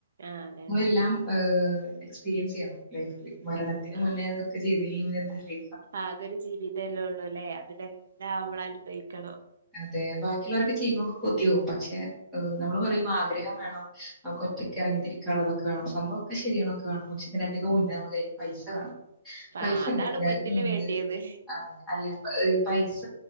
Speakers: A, on the right; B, in the centre.
A: ആഹ് അതെ അതെ
B: എല്ലാം എക്സ്പീരിയൻസ് ചെയ്യണം ലൈഫിൽ മരണത്തിന്
A: ആഹ് ആഹ്
B: മുന്നേ അതൊക്കെ ചെയ്തില്ലെങ്കിൽ പിന്നെ എന്ത് <inaudible>
A: ആകൊരു ജീവിതല്ലേ ഉള്ളൂല്ലേ അതിലെല്ലാം നമ്മള് അനുഭവിക്കണം
B: അതെ ബാക്കിയുള്ളർ ഒ ചെയ്യുമ്പോ കൊതിയാകും പക്ഷെ നമ്മൾ പറയും ആഗ്രഹം വേണം നമുക്ക് ഒറ്റയ്ക്ക് ഇറങ്ങി തിരിക്കും <inaudible> ഉള്ളതൊെക്കെ വേണം സംഭവമൊക്കെ ശരിയാണ് വേണം പക്ഷേ <inaudible> മ <inaudible> കയിൽ പൈസ വേണം
A: അപ്പ
B: പൈസ
A: അതാണ്
B: ഉണ്ട്
A: മുന്നില് വേണ്ടിയത്
B: <inaudible> അല്ലെ പൈസ